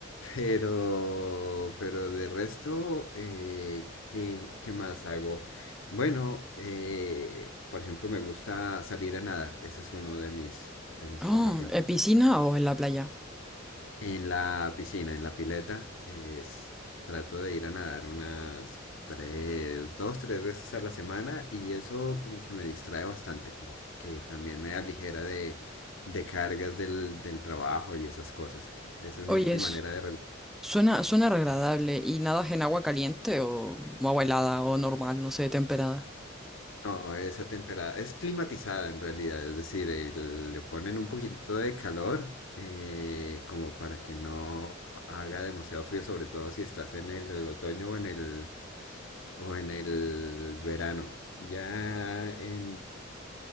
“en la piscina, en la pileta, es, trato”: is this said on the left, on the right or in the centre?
Left